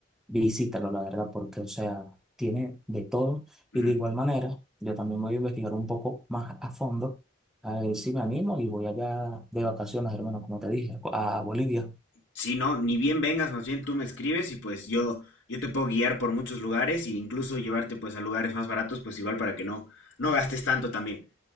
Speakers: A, in the centre; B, on the left (about 75°).
A: visítalo, la verdad, porque, o sea, tiene de todo.
B: Ujú.
A: Y de igual manera, yo también voy a investigar un poco más a fondo. A ver si me animo y voy allá de vacaciones, hermano, como te dije, a Bolivia.
B: Sí, no, ni bien vengas, más bien tú me escribes y pues yo, yo te puedo guiar por muchos lugares e incluso llevarte pues a lugares más baratos, pues igual para que no, no gastes tanto también.